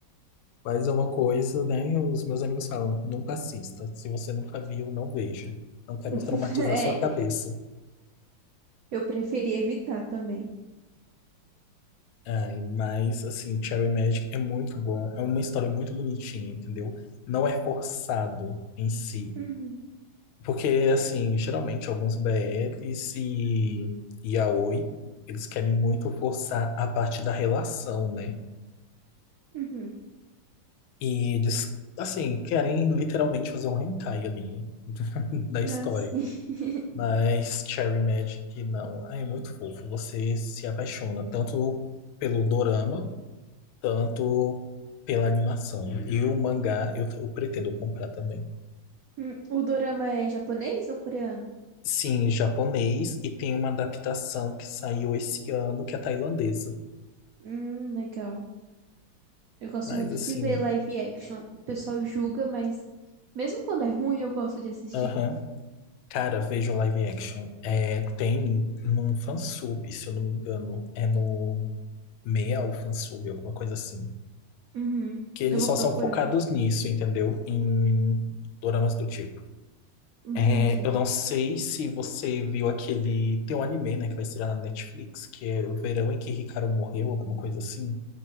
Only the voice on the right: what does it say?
<laughs>
É,
eu preferi evitar também.
Uhum.
Uhum.
Ah,
sim. <laughs>
Hum, O dorama é japonês ou coreano?
Hum, legal. Eu gosto
muito
de ver live action. O pessoal julga, mas mesmo quando é ruim, eu gosto de assistir.
Uhum.
Eu vou
procurar.
Entendi.